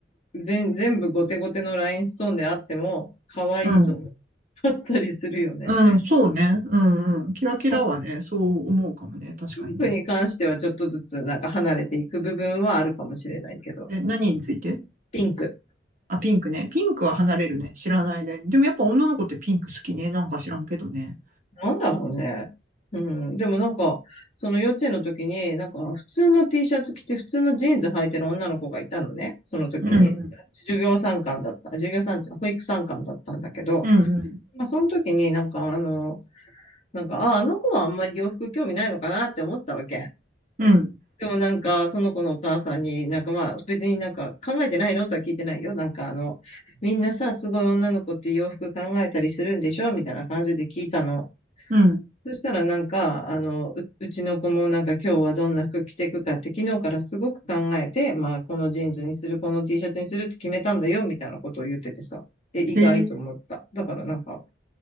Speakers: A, on the left; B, on the right.
A: 全、全部ゴテゴテのラインストーンであっても、可愛いと
B: うん。
A: 思ったりするよね。
B: うん、そうね。うんうん。キラキラはね、
A: まあ、
B: そう思うかもね。確かにね。
A: ピンクに関してはちょっとずつなんか離れていく部分はあるかもしれないけど、
B: え、何について
A: ピンク。
B: あ、ピンクね。ピンクは離れるね。知らない間に。でもやっぱ女の子ってピンク好きね。なんか知らんけどね。
A: なんだろうね。うん。でもなんか、その幼稚園の時に、なんか普通の T シャツ着て普通のジーンズ履いてる女の子がいたのね。その時に、
B: うんうん。
A: 授業参観だった。授業参観、保育参観だったんだけど、
B: うんうん。
A: まあその時になんかあの、なんか、あ、あの子はあんまり洋服興味ないのかなって思ったわけ。
B: うん。
A: でもなんか、その子のお母さんになんかまあ別になんか考えてないのとは聞いてないよ。なんかあの、みんなさ、すごい女の子って洋服考えたりするんでしょみたいな感じで聞いたの。
B: うん。
A: そしたらなんか、あの、う、うちの子もなんか今日はどんな服着てくかって昨日からすごく考えて、まあこのジーンズにする、この T シャツにするって決めたんだよみたいなことを言っててさ、え、意外と思った。
B: へえ。
A: だからなんか、